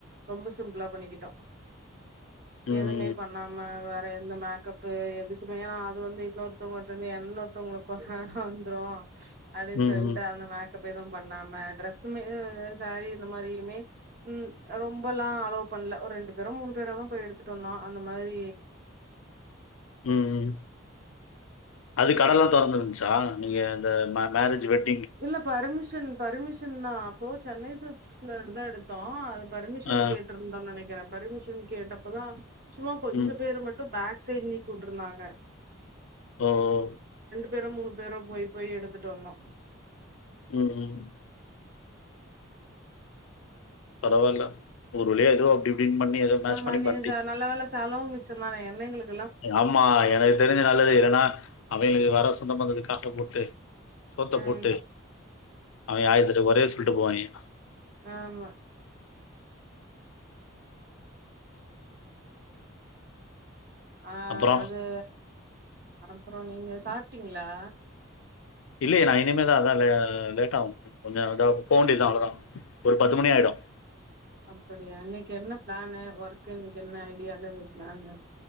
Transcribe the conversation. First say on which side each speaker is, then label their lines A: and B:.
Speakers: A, on the right; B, on the left.
A: ரொம்ப சிம்பிளா பண்ணிக்கிட்டோ
B: ம்.
A: எதுமே பண்ணாம வே இந்த மேக்கப்பு எதுக்குமே நா அது வந்து இன்னொருத்தவங்கிட்ட இருந்து இன்னொருத்தவங்களுக்கு கொரானா வந்துரு அப்டி
B: ம்.
A: சொல்ட்டு அந்த மேக் மேக்கப் எது பண்ணாம டிரரெஸ்சுமே சாரீ இந்த மாரியுமே ம் ரொம்பெல்லா அலோ பண்ணல ஒரு ரெண்டு பேரோ மூணு பேரோ தா போய் எடுத்துட்டு வந்தோ அந்த மாரி
B: உம் உம் அது கடல்லா தொறந்ருன்ச்சா நீங்க இந்த மேரேஜ் வெட்
A: இல்ல பர்மிஷன் பர்மிஷன் பர்மிஷன் தா அப்போ சென்னை சில்க்ஸ்ல தா எடுத்தோ பர்மிஷன்
B: ஆ.
A: கேட்டு இருந்தோனு நெனைக்கிறே பரிமிஷன் கேட்டப்பதா சுமா கொஞ்ச
B: ம்.
A: பேர் மட்டு பே செயில்லி கூட்டுயிருந்தாக
B: ஓ ஓ
A: பேரோ மூணு பேரோ போய் போய் எடுத்துட்டு வந்தோ
B: உம் உம் பரவால்ல ஒரு வலியா ஏதோ அப்படி பின்பண்ணி ஏதோ மேச்
A: ஆமா
B: பண்ணி
A: நீ
B: பண்டிங்க
A: ச நல்ல வேல செலவு மிச்ச தானே என்ன எங்களுக்கு
B: ஆம்மா எனக்கு தெரிஞ்சி நலது இல்லன்னா அவிகளுகு வர சொந்த பந்ததுகு காசப்போட்டு சோத்தப்போட்டு
A: ஆமா
B: அவிக ஆயர்தெட்டுகொறைய சொ விட்டுட்டு போவங்கா
A: ஆம்மா ஆஹா
B: அப்புறம்
A: அது அப்ற நீங்க சாப்பிடிங்களா
B: இல்லயே நா இனிமே தா ஹா அதான் லேட் ஆகும் கொஞ்ச போவேடியது அவளதான் ஒரு பத்து மணி ஆயிடும்
A: அப்படியா இன்னைக்கு என்ன பிளான் ஒர்க்கு இன்னைக்கு என்ன ஐடியல பிலனு